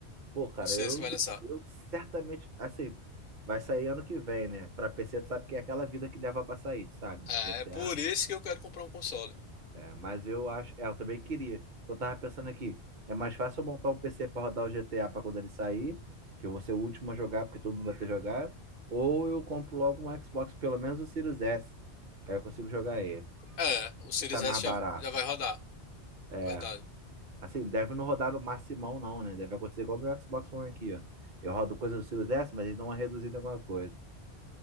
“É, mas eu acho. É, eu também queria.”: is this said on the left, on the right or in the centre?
Right